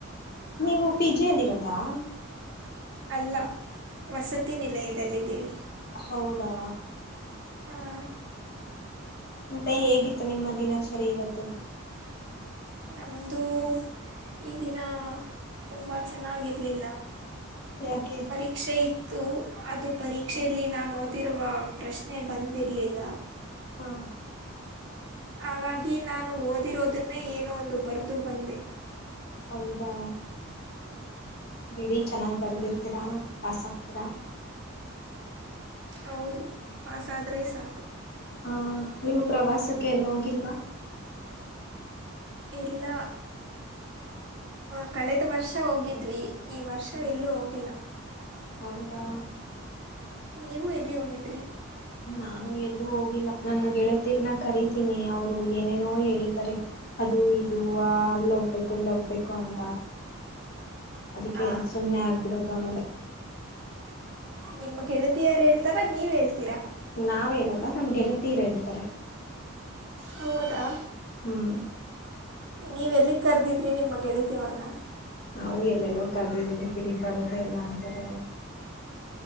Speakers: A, on the left; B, on the right.
A: ನೀವು ಪಿ ಜಿ ಯಲ್ ಇರೋದಾ
B: ಅಲ್ಲ ವಸತಿ ನಿಲಯದಲ್ಲಿದ್ದೀವಿ.
A: ಹೌದಾ
B: ಹಾ
A: ಮತ್ತೆ ಹೇಗಿತ್ತು ನಿಮ್ಮ ದಿನಾಚರಿ ಇವತ್ತು.
B: ನಮ್ದುೂ ಈ ದಿನ ತುಂಬ ಚೆನ್ನಾಗಿರ್ಲಿಲ್ಲ.
A: ಯಾಕೆ
B: ರೀಕ್ಷೆ ಇತ್ತು ಅದು ಪರೀಕ್ಷೆಯಲ್ಲಿ
A: ಹಾ
B: ನಾನ್ ಓದಿರುವ ಪ್ರಶ್ನೆ ಬಂದಿರ್ಲಿಲ್ಲ.
A: ಹಾ
B: ಹಾಗಾಗಿ ನಾನು ಓದಿರೋದುನ್ನೇ ಏನೋ ಒಂದು ಬರ್ದು ಬಂದೆ.
A: ಹೌದಾ ಬಿಡಿ ಚೆನ್ನಾಗ್ ಬರ್ದಿರ್ತೀರಾ ಪಾಸ್ ಆಗ್ತೀರ.
B: ಹೌದು ಪಾಸಾದ್ರೆ ಸಾಕು
A: ಹ ನೀವು ಪ್ರವಾಸಕ್ಕೆ ಎಲ್ ಹೋಗಿಲ್ವ.
B: ಇಲ್ಲ ಆ ಕಳೆದ ವರ್ಷ ಹೋಗಿದ್ವಿ ಈ ವರ್ಷ
A: ಹ
B: ಎಲ್ಲೂ ಹೋಗಿಲ್ಲ.
A: ಹೌದಾ
B: ನೀವು ಎಲ್ಲಿ ಹೋಗಿದ್ರಿ
A: ನಾನು ಎಲ್ಲೂ ಹೋಗಿಲ್ಲ ನನ್ನ ಗೆಳತಿರ್ನ ಕರಿತೀನಿ ಅವ್ರು ಏನೇನೋ ಹೇಳ್ತಾರೆ. ಅದು ಇದು ಅ ಅಲ್ ಹೋಗ್ಬೇಕು ಇಲ್ ಹೋಗ್ಬೇಕು ಅಂತ.
B: <inaudible>
A: ಅದಿಕ್ಕೆ
B: ಹಾಂ
A: ಸುಮ್ನೆ ಆಗ್ಬಿಡೋದು ಆಮೇಲೆ
B: ನಿಮ್ ಗೆಳತಿಯರ್ ಹೇಳ್ತಾರ ನೀವ್ ಹೇಳ್ತೀರ.
A: ನಾವ್ ಹೇಳಲ್ಲ ನಮ್ಗೆಳತೀರ್ ಹೇಳ್ತಾರೆ.
B: ಹೌದಾ
A: ಹ್ಮ್
B: ನೀವು ಎಲ್ಲಿಗೆ ಕರ್ದಿದ್ರಿ ನಿಮ್ಮ ಗೆಳತಿ ಅವ್ರ್ನ
A: ನಾವು ಎಲ್ಲೆಲ್ಲೋ ಕರ್ದಿದೀವಿ ಬಿಡಿ ಬರೋದೇ ಇಲ್ಲ ಅಂತಾರೆ ಅವ್ರು.